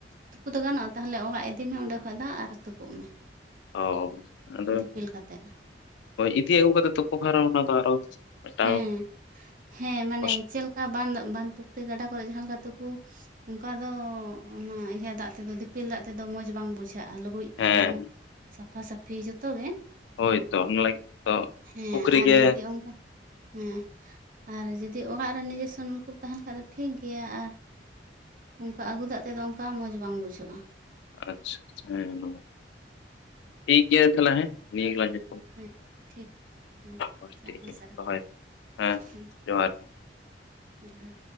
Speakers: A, on the right; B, on the left.
A: ᱛᱩᱯᱩ ᱫᱚ ᱜᱟᱱᱚᱜᱼᱟ ᱛᱟᱦᱚᱞᱮ ᱚᱲᱟᱜ ᱤᱫᱤ ᱢᱮ ᱚᱸᱰᱮ ᱠᱷᱚᱡ ᱫᱟᱜ ᱟᱨ ᱛᱩᱯᱩᱜ ᱢᱮ᱾
B: ᱚ ᱟᱫᱚ
A: ᱫᱤᱯᱤᱞ ᱠᱟᱛᱮᱜ
B: ᱤᱫᱤ ᱟᱹᱜᱩ ᱠᱟᱛᱮ ᱛᱳᱯᱳ ᱠᱷᱟᱱ ᱚᱱᱟ ᱫᱚ ᱟᱨᱚ ᱢᱤᱫᱴᱟᱝ
A: ᱦᱮᱸ ᱦᱮᱸ ᱢᱟᱱᱮ
B: ᱠᱚᱥ
A: ᱪᱮᱱ ᱞᱮᱠᱟ ᱵᱟᱸᱫ ᱵᱟᱸᱫ ᱯᱩᱠᱷᱨᱤ ᱜᱟᱰᱟ ᱠᱚᱨᱮ ᱡᱟᱦᱟᱸ ᱞᱮᱠᱟ ᱛᱩᱯᱩ ᱚᱱᱠᱟ ᱫᱚ ᱚᱱᱟ ᱤᱭᱟᱹ ᱫᱟᱜ ᱛᱮᱫᱚ ᱫᱤᱯᱤᱞ ᱫᱟᱜ ᱛᱮᱫᱚ ᱢᱚᱸᱡᱽ ᱵᱟᱝ ᱵᱩᱡᱷᱟᱹᱜ ᱟᱜᱼᱟ ᱞᱩᱜᱽᱲᱤᱡ
B: ᱦᱮᱸ
A: ᱠᱚᱦᱚᱸ ᱥᱟᱯᱷᱟ ᱥᱟᱹᱯᱷᱤ ᱡᱚᱛᱚ ᱜᱮ᱾
B: ᱦᱳᱭ ᱛᱚ ᱚᱱᱟ ᱞᱟᱹᱜᱤᱫ ᱛᱚ
A: ᱦᱮᱸ
B: ᱯᱩᱠᱷᱨᱤ
A: ᱟᱨ
B: ᱜᱮ
A: ᱡᱩᱫᱤ ᱚᱝᱠᱟ ᱦᱮᱸ, ᱟᱨ ᱡᱩᱫᱤ ᱚᱲᱟᱜ ᱨᱮ ᱱᱤᱡᱮᱥᱥᱚ ᱱᱩᱞᱠᱩᱯ ᱛᱟᱦᱮᱱ ᱠᱷᱟᱱ ᱫᱚ ᱴᱷᱤᱠ ᱜᱮᱭᱟ ᱟᱨ ᱚᱝᱠᱟ ᱟᱹᱜᱩ ᱫᱟᱜ ᱛᱮᱫᱚ ᱚᱱᱠᱟ ᱢᱚᱡᱽ ᱵᱟᱝ ᱵᱩᱡᱷᱟᱹᱜᱼᱟ᱾
B: ᱟᱪᱪᱷᱟ ᱟᱪᱪᱷᱟ ᱦᱮᱸ, ᱴᱷᱤᱠ ᱜᱮᱭᱟ ᱛᱟᱦᱚᱞᱮ ᱦᱮᱸ ᱱᱤᱭᱟᱹ ᱜᱮᱞᱟᱝ ᱡᱟ
A: ᱦᱩᱸ ᱴᱷᱤᱠ ᱦᱩᱸ
B: ᱵᱮᱥ ᱴᱷᱤᱠ
A: ᱟᱭᱢᱟ
B: ᱜᱮᱭᱟ
A: ᱥᱟᱨᱦᱟᱣ
B: ᱫᱚᱦᱚᱭ ᱦᱮᱸ
A: ᱦᱩᱸ᱾
B: ᱡᱚᱦᱟᱨ ᱜᱮ᱾
A: ᱡᱚᱦᱟᱨ᱾